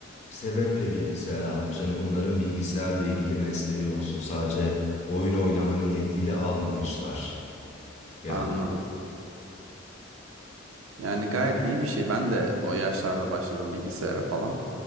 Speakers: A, on the left; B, on the right.
A: sebeple bilgisayar almış. Hani bunların bilgisayarla ilgili mesleği olsun. Sadece oyun oynama niyetiyle almamışlar. Ya
B: anladım. Yani gayet iyi bir şey. Ben de o yaşlarda başladım bilgisayara falan.